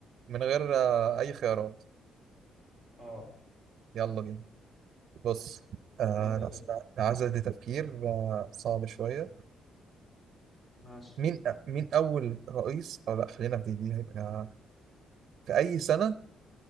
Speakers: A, on the right (about 65°); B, on the left (about 35°).
A: من غير آه، اي خيارات
B: اه
A: يلا بينا بص آه
B: يلا
A: لا
B: اسال
A: لا، العزة دي تفكير آه صعب شوية
B: ماشي
A: مين مين أول رئيس أو لا خلينا في دي هيبقى في أي سنة